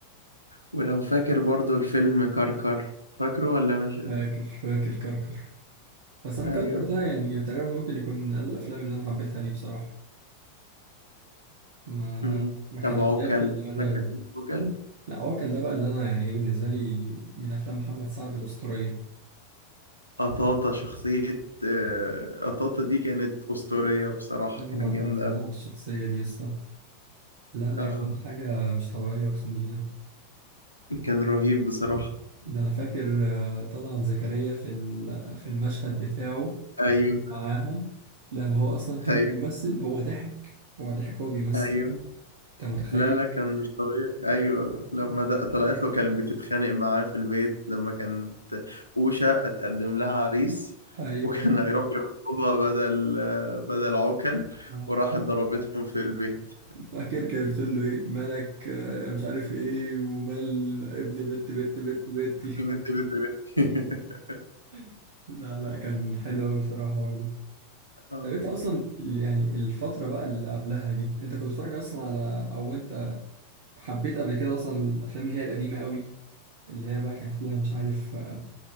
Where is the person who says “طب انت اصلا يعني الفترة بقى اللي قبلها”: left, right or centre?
Right